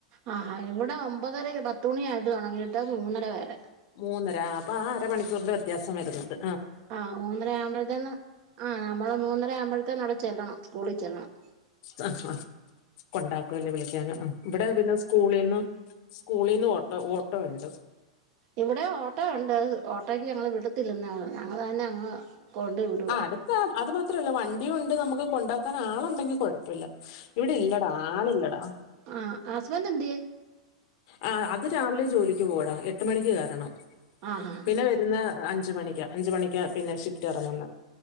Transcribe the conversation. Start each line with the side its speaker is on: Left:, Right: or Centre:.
Right: ആഹ് അഹ് ഇവിടെ ഒമ്പതര പത്തുമണി ആയിട്ട് തുടങ്ങിയിട്ട് മൂന്നര വരെ
Left: മൂന്നര അപ്പൊ ആ അരമണിക്കൂറിന്റെ വ്യത്യാസം വരന്നുണ്ട്
Right: അഹ് മൂന്നര ആവുമ്പോഴത്തേന്ന് ആ നമ്മള് മൂന്നര ആവുമ്പോഴത്തേന് അവിടെ ചെല്ലണം സ്കൂളിൽ ചെല്ലണം
Left: ആ ആ കൊണ്ടാക്കൂല്ലേ വിളിക്കാനും ആ ഇവിടെ പിന്നെ സ്കൂളിന്ന് സ്കൂളിന്ന് ഓട്ടോ ഓട്ടോ ഉണ്ട്
Right: ഇവിടെ ഓട്ടോ ഉണ്ട് ഓട്ടോയ്ക്ക് ഞങ്ങള് വിടത്തില്ലെന്ന ഞങ്ങൾ തന്നെ അങ്ങ് കൊണ്ട് വിട
Left: അഹ് അടുത്താ അത് മാത്രല്ല വണ്ടിയും ഉണ്ട് നമുക്ക് കൊണ്ടാക്കാൻ ആള് ഉണ്ടെങ്കി കുഴപ്പല്ല ഇവിടെ ഇല്ലടാ ആളില്ലടാ
Right: അഹ് ഹസ്ബൻഡ് എന്തിയേ
Left: അഹ് അത് രാവിലെ ജോലിക്ക് പോകൂടാ എട്ട് മണിക്ക് കേറണം
Right: ആ ആ
Left: പിന്നെ വരുന്ന അഞ്ച് മണിക്കാ അഞ്ച് മണിക്കാ പിന്നെ ഷിഫ്റ്റ് ഇറങ്ങുന്നെ